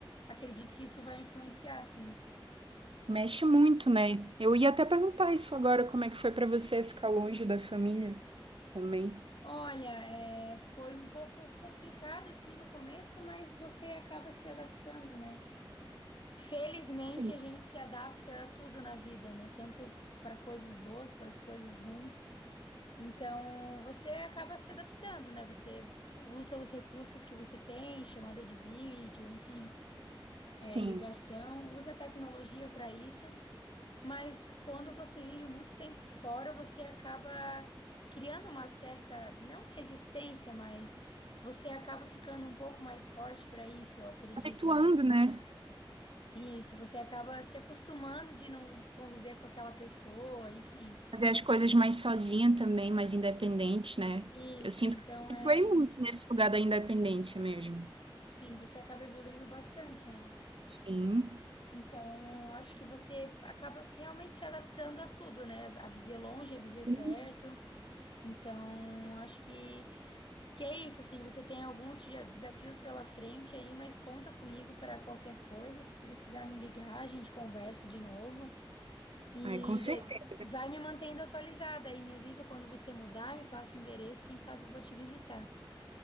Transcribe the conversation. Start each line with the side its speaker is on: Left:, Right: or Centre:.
Left: acredito que isso vai influenciar, sim.
Right: Mexe muito, né? Eu ia até perguntar isso agora, como é que foi pra você ficar longe da família também?
Left: Olha, é, foi um pouco complicado assim no começo, mas você acaba se adaptando, né? Felizmente
Right: Sim,
Left: a gente se adapta a tudo na vida, né? Tanto para coisas boas, para as coisas ruins. Então você acaba se adaptando, né? Você usa os recursos que você tem, chamada de vídeo, enfim,
Right: sim.
Left: é, ligação, usa a tecnologia para isso. Mas quando você vive muito tempo fora, você acaba criando uma certa, não resistência, mas você acaba ficando um pouco mais forte para isso, eu acredito,
Right: Habituando,
Left: né?
Right: né?
Left: Isso, você acaba se acostumando de não conviver com aquela pessoa, enfim.
Right: Fazer as coisas mais sozinha também, mais independente, né?
Left: Isso,
Right: Eu sinto
Left: então
Right: que eu me
Left: é,
Right: habituei muito nesse lugar da independência mesmo.
Left: sim, você acaba evoluindo bastante, né?
Right: Sim.
Left: Então, acho que você acaba realmente se adaptando a tudo, né? A viver longe, a viver
Right: Sim.
Left: perto. Então, acho que Que é isso, assim, você tem alguns dia- desafios pela frente aí, mas conta comigo para qualquer coisa. Se precisar me ligar, a gente conversa de novo. E
Right: Ai, com certeza.
Left: de- vai me mantendo atualizada aí, me avisa quando você mudar, me passa o endereço, quem sabe eu vou te visitar.